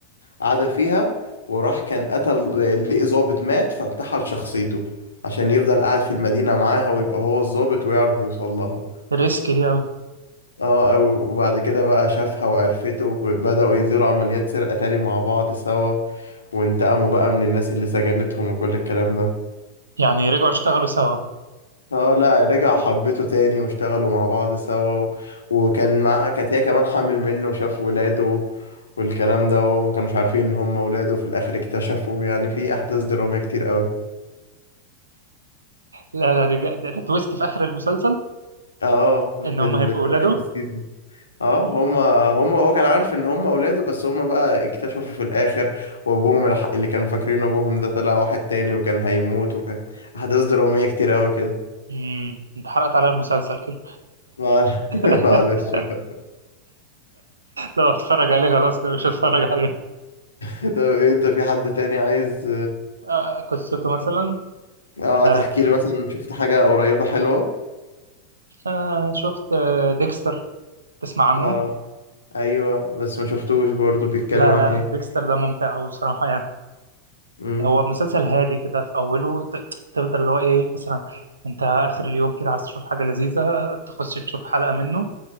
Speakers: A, on the left; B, on the right.
A: قاعدة فيها وراح كان قتل لقي ظابط مات فانتحل شخصيته عشان يفضل قاعد في المدينة معاها ويبقى هو الظابط ويعرف يوصل لها
B: ريسك دي قوي
A: اه أو- وبعد كده بقى شافها وعرفته وبدأوا ينزلوا عمليات سرقة تاني مع بعض سوا وانتقموا بقى من الناس اللي سجنتهم وكل الكلام ده
B: يعني رجعوا اشتغلوا سوا <laughs>
A: اه لا رجع حبيته تاني واشتغلوا مع بعض سوا و... وكان معاه كانت هي كمان حامل منه وشاف ولاده والكلام ده وما كانوش عارفين ان هم ولاده في الاخر اكتشفوا يعني في احداث درامية كتير قوي
B: لا لا دي جا- ده, ده تويست في اخر المسلسل
A: اه
B: ان
A: في,
B: هم
A: ال...
B: هيبقوا اولاده
A: في اخر السيزون اه هما هما هو كان عارف ان هما ولاده بس هما بقى اكتشفوا في الاخر وابوهم الح... اللي كانوا فاكرين ابوهم ده طلع واحد تاني وكان هيموت وكان احداث درامية كتير قوي كده
B: امم انت حرقت على المسلسل كده
A: مع- <laughs>
B: <laughs>
A: معلش بقى
B: لو اتفرج عليه خلاص كده مش هتفرج عليه
A: طب إيه، انت في حد تاني عايز
B: آه قصته مثلا
A: اه
B: آه
A: تحكي لي مثلا شفت حاجة قريبة حلوة
B: آه، شفت آه ديكستر تسمع عنه
A: اه ايوه بس ما شفتوش برضو بيتكلم
B: لا
A: عن
B: لا
A: ايه
B: ديكستر ده ممتع أوي بصراحة يعني
A: امم
B: هو مسلسل هادي كده في أوله ت- تفضل اللي هو إيه مثلا أنت آخر اليوم كده عايز تشوف حاجة لذيذة تخش تشوف حلقة منه